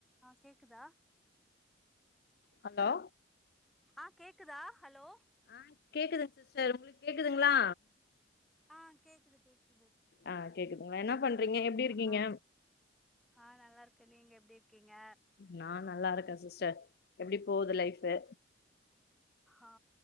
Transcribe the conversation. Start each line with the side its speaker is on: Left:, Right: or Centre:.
Centre: ஆ கேக்குதா
Left: ஹலோ
Centre: ஆ கேக்குதா ஹலோ
Left: ஆ கேக்குதுங்க சிஸ்டர் உங்களுக்கு கேக்குதுங்ளா
Centre: ஆ கேக்குது கேக்குது
Left: அ கேக்குதுங்ளா என்னா பண்றிங்க எப்டி இருக்கிங்க
Centre: ஆ ஆ நல்லாருக்கே நீங்க எப்டி இருக்கிங்க
Left: நா நல்லாருக்க சிஸ்டர் எப்டி போது லைஃபு
Centre: ஹா